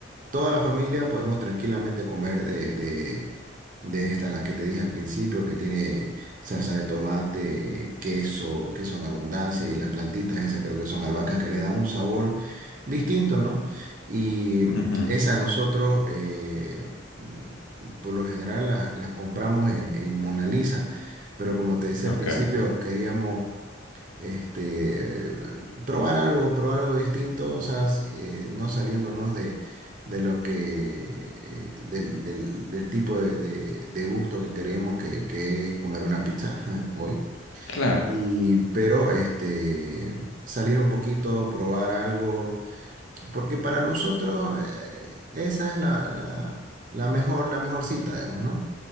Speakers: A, on the right; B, on the left.
A: Toda la familia podemos tranquilamente comer de, de, de esta, la que te dije al principio, que tiene salsa de tomate, queso, queso en abundancia y las plantitas esas creo que son albahacas que le dan un sabor distinto, ¿no? Y
B: ujú,
A: esa nosotros, eh, mm, por lo general, la- las compramos en, en Mona Lisa, pero como te decía
B: Ok.
A: al principio, queríamos este, probar algo, probar algo distinto, o sea, s- eh, no saliéndonos de, de lo que, eh, del, del- del tipo de, de- de gusto que queremos que, que es comer una pizza <laughs> hoy.
B: Claro,
A: Y, pero este, salir un poquito, probar algo, porque para nosotros eh, esa es la, la, la mejor, la mejor cita, digamos, ¿no?